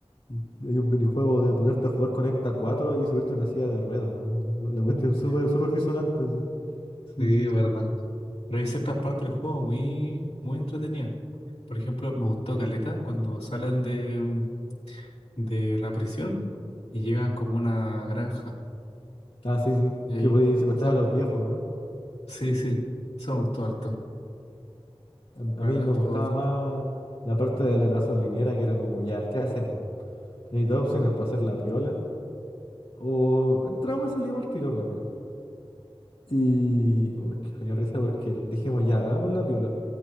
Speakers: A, on the left (about 60°); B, on the left (about 85°).
A: Y hay un minijuego de ponerte a jugar Conecta cuatro y subirte a una silla de rueda. La,
B: <laughs>
A: la cuestión súper, súper disonante, sí. Sí,
B: Sí,
A: sí.
B: es verdad. Pero hay ciertas partes del juego muy, muy entretenidas. Por ejemplo, me gustó Caleta cuando salen de, mm, de la prisión y llegan como a una granja.
A: Ah, sí, sí.
B: Y ahí,
A: Que podías secuestrar
B: esa-
A: a los viejos, ¿no?
B: sí, sí, eso me gustó harto.
A: A,
B: La
A: a mí
B: verdad
A: me
B: estuvo
A: gustaba
B: bastante.
A: más la parte de la gasolinera que era como, ya, ¿qué hacemos? Tenéis dos opciones para hacer la piola O entramos y salimos al tiro rápido. Y. oh, es que me dio risa porque dijimos ya, hagamos la piola.